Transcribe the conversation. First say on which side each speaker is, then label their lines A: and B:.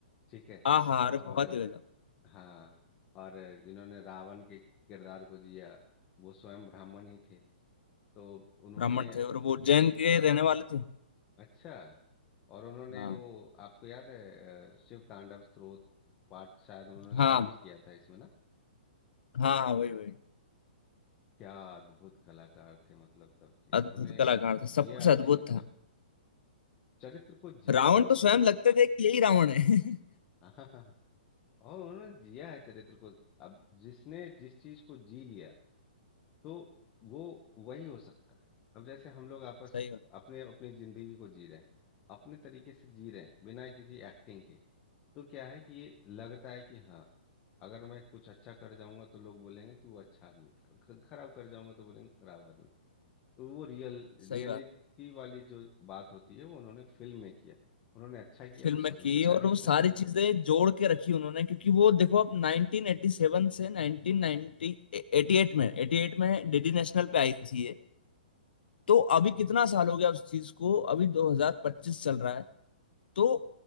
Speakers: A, on the left; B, on the left.
A: ठीक है
B: हाँ हाँ अरे
A: और
B: बहुत ही गजब
A: हाँ और जिन्होंने रावण के किरदार को जिया वो स्वयं ब्राह्मण ही थे तो उन्होंने
B: ब्राह्मण थे और वो जैन के रहने वाले थे
A: अच्छा और उन्होंने
B: हाँ
A: वो आपको याद है अ, शिव तांडव स्तोत्र पाठ शायद उन्होंने स्वयं
B: हाँ
A: ही किया था इसमें ना
B: हाँ हाँ वही वही
A: क्या अद्भुत कलाकार थे मतलब सबके
B: अद्भुत
A: उन्होंने
B: कलाकार
A: जिया
B: थे सब कुछ अद्भुत
A: जी, मतलब
B: था
A: चरित्र को जिया
B: रावण
A: उन्होंने
B: तो स्वयं लगते थे कि यही रावण है <laughs>
A: <laughs> हाँ हाँ हाँ हाँ। और उन्होंने जिया है चरित्र को अब जिसने जिस चीज को जी लिया तो वो वही हो सकता है अब जैसे हम लोग आपस
B: सही बात
A: अपने अपनी जिंदगी को जी रहे हैं अपने तरीके से जी रहे हैं बिना किसी एक्टिंग के तो क्या है कि ये लगता है कि हाँ अगर मैं कुछ अच्छा कर जाऊंगा तो लोग बोलेंगे कि वो अच्छा आदमी था ख- खराब कर जाऊंगा तो बोलेंगे खराब आदमी था तो वो रियल रियलिटी
B: सही बात
A: वाली जो बात होती है वो उन्होंने फिल्म में किया उन्होंने अच्छा किया
B: फिल्म
A: तो सब
B: में
A: उनकी
B: की
A: तारीफ
B: और वो सारी
A: कर रहे हैं
B: चीजें जोड़ के रखी उन्होंने क्योंकि वो देखो अब 1987 से 1990 88 में 88 में डीडी नेशनल पे आई थी तो अभी कितना साल हो गया उस चीज को अभी 2025 चल रहा है तो